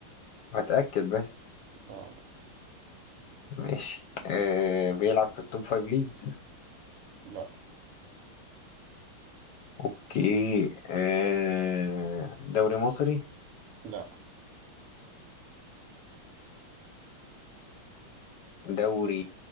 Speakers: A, on the left; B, on the right.
A: هتأكد بس
B: لا لا
A: ماشي آه بيلعب في التوب فايف ليجز
B: لا
A: اوكي آه دوري مصري
B: لا
A: دوري